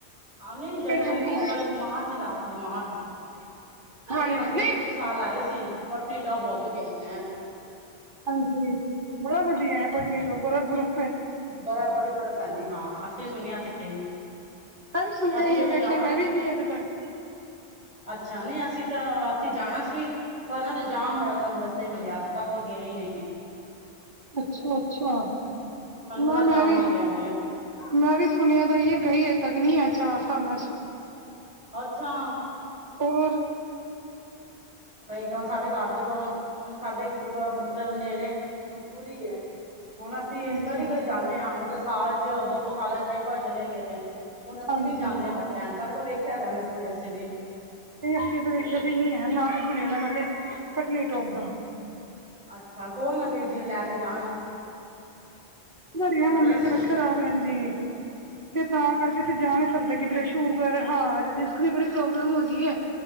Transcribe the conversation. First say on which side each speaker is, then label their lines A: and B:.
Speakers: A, on the right; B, on the right.
A: ਆ ਨਈ ਜਨਵਰੀ
B: ਫਿਰ ਵਧੀਆ
A: ਨੀ ਫਰਵਰ ਮਾਰਚ ਇਚ ਆਖਦੀ ਮਾਰਚ ਇਚ, ਮੇਰੇ
B: ਹਾਂਜੀ
A: ਹਸਬੈਂਡ
B: ਨਹੀਂ
A: ਪਿਛਲੇ ਨਾਲ ਆਏ ਸੀ, ਪਟਨੀਟੋਪ ਓ ਕੇ ਗਏ ਨੈ।
B: ਹਾਂਜੀ, ਬੜਾ ਵਦੀਐ ਪਟਨੀਟੋਪ ਬਰਫ-ਬੂਰਫ
A: ਬਰਾ ਬੜੀ ਬਰਫ਼ ਪੈਂਦੀ ਹਾਂ, ਅਸੀਂ ਵੀ ਸੁਣਿਆ ਸੀ
B: ਮੈਂ ਵੀ ਸੁਣਿਆ
A: ਅਸੀਂ
B: ਈ
A: ਸਗੋਂ
B: ਐ, ਵੇਖਿਆ
A: ਜਾਣਾ
B: ਮੈਂ
A: ਸੀ।
B: ਵੀ ਨੀ ਅਜੇ ਤੱਕ।
A: ਅੱਛਾ, ਨਈ ਅਸੀ ਤਾ ਅਸੀ ਜਾਣਾ ਸੀ। ਪਰ ਨਾ ਓਥੇ ਜਾਮ ਬੜਾ ਸਾਨੂੰ ਰਸਤੇ ਚ ਮਿਲਿਆ ਵੇ ਤਾਂ ਅਸੀਂ ਗਏ ਨੀ।
B: ਅੱਛਾ, ਅੱਛਾ
A: ਸਾਨੂੰ
B: ਨਾ
A: ਬੜਾ
B: ਮੈਂ
A: ਜਾਮ
B: ਵੀ
A: ਮਿਲਿਆ ਵੇ।
B: ਮੈਂ ਵੀ ਸੁਣਿਆ ਦਾ ਈ ਐ, ਗਈ ਅਜੇ ਤੱਕ ਨਈ ਐ ਚਾਰ ਸਾਲਾਂ ਚ।
A: ਅੱਛਾ।
B: ਹੋਰ।
A: ਸਈ ਕਓ ਸਾਡੇ ਘਰ ਦੇ ਕੋਲ ਹੁਣ ਸਾਡੇ ਮਤਲਬ ਨੇੜੇ ਮਨਸੂਰੀ ਐ। ਹੁਣ ਅਸੀਂ
B: ਹਾਂਜੀ
A: ਕਦੀ, ਕਦੀ ਜਾਨੇ ਆ ਮਤਲ ਸਾਲ ਚ ਦੋ ਸਾਲਾਂ ਚ ਇੱਕ ਵਾਰ ਚਲੇ ਗਏ। ਹੁਣ ਅਸੀਂ
B: ਹਾਂਜੀ
A: ਵੀ ਨੀ ਜਾਂਦੇ
B: ਨਹੀਂ
A: ਹਰ ਟਾਈਮ ਪਰ ਵੇਖਿਆ ਦਾ ਮਨ ਸੂਰੀਆ ਵੈਸੇ ਵੀ।
B: ਨਹੀਂ ਅੱਸੀਂ ਓਥੇ ਵੇਖਿਆ ਤੇ ਨੀ ਐ, ਨਾ ਹੀ ਸੁਣਿਆ ਮੈਂ ਤੇ ਪਤਨੀਟੋਪ ਦਾ।
A: ਅੱਛਾ ਕੋ ਨਾ ਵੀਰ ਜੀ ਨੂੰ ਲੈ ਕੇ ਜਾਣ।
B: ਬੜੀਆ
A: ਸਗੋਂ ਮਜ਼ਾ
B: ਮੰਮੀ ਦੀ
A: ਸੀ
B: ਤਬੀਅਤ ਖ਼ਰਾਬ ਰੈਂਦੀ ਏ ਤੇ
A: ਅੱਛਾ
B: ਤਾਂ ਕਰਕੇ ਅਸੀਂ ਜਾ ਨੀ ਸਕਦੇ ਕਿਧਰੇ ਸ਼ੂਗਰ, ਹਾਰਡ, ਡਿਸਕ ਦੀ ਬੜੀ ਪ੍ਰੋਬਲਮ ਹੋ ਗੀ ਏ,